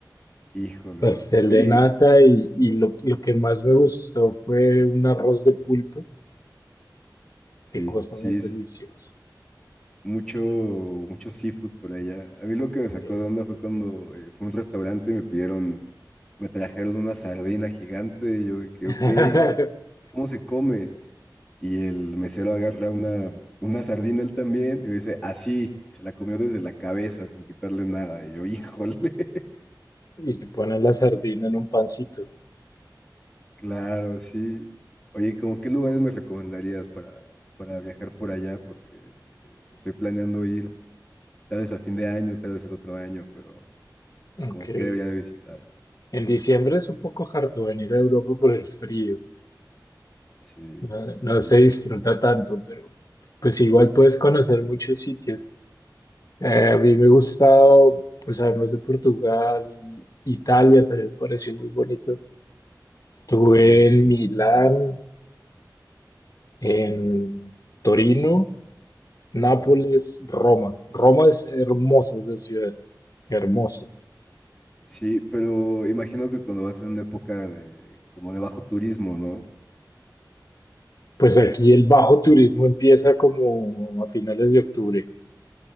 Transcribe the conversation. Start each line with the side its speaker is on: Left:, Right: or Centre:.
Centre: Híjole,
Left: Pastel
Centre: hermano. Oye,
Left: de nata y, y lo, lo que más me gustó fue un arroz de pulpo.
Centre: Sí,
Left: Qué cosa
Centre: sí,
Left: más deliciosa.
Centre: sí, sí. Mucho, mucho seafood por allá. A mí lo que me sacó
Left: Sí.
Centre: de onda fue cuando eh, fue a un restaurante y me pidieron, me trajeron una sardina gigante y yo de que,
Left: <laughs>
Centre: ok, ¿cómo se come? Y el mesero agarra una, una sardina él también y me dice, así, y se la comió desde la cabeza sin quitarle nada. Y yo, híjole, <laughs>
Left: Y te ponen la sardina en un pancito.
Centre: claro, sí. Oye, ¿cómo qué lugares me recomendarías para, para viajar por allá? Porque eh, estoy planeando ir tal vez a fin de año, tal vez el otro año, pero...
Left: Aunque
Centre: Como que debería de visitar.
Left: en diciembre es un poco harto venir a Europa por el frío.
Centre: Sí,
Left: No, no
Centre: sí,
Left: se
Centre: sí.
Left: disfruta
Centre: sí.
Left: tanto, pero pues igual puedes conocer muchos sitios. Eh, a mí me ha gustado, pues además de Portugal, Italia también me pareció muy bonito. Estuve
Centre: Italia.
Left: en Milán, en Torino, Nápoles,
Centre: Ajá.
Left: Roma. Roma es hermosa esa ciudad, hermosa.
Centre: Sí, pero imagino que cuando vas en una época de como de bajo turismo, ¿no?
Left: Pues aquí el bajo turismo empieza como a finales de octubre,